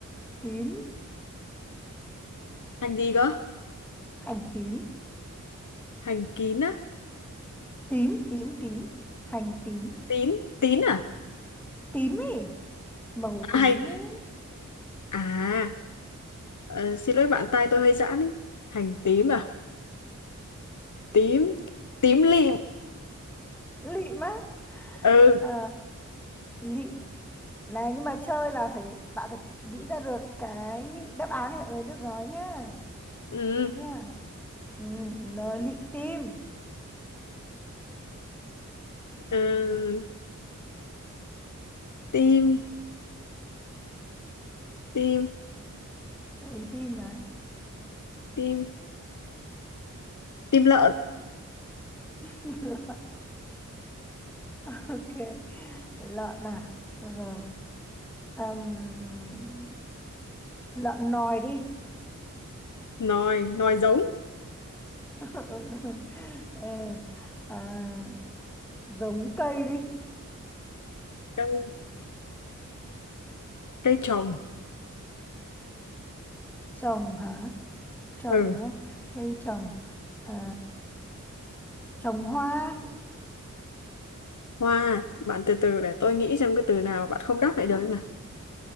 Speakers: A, in the centre; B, on the left.
A: tím,
B: Hành gì cơ?
A: hành tím,
B: Hành kín á?
A: tím, tím, tím, hành tím,
B: Tín? Tín à?
A: tím ý, màu tím
B: À hay.
A: ý,
B: À, ờ, xin lỗi bạn tai tôi hơi giãn ý. Hành tím à? Tím. Tím lịm.
A: lịm á,
B: Ừ.
A: Ờ, lịm. Này nhưng mà chơi là phải, bạn phải nghĩ ra được cái đáp án thì bạn mới được nói nhá.
B: Ừ.
A: Được chưa? Ừ, nói lịm tim,
B: ừ. Tim. Tim.
A: đấy tim mà.
B: Tim. Tim lợn.
A: <laughs> <laughs> ok lợn à Được rồi Ừm, lợn nòi đi
B: Nòi. Nòi giống.
A: <laughs> ừ. ừ. à, giống cây đi
B: Cây. Cây trồng.
A: trồng hả trồng
B: Ừ.
A: đúng không cây trồng à, trồng hoa
B: Hoa. Bạn từ từ để tôi nghĩ xem cái từ nào bạn không đáp lại được
A: <laughs>
B: không nào.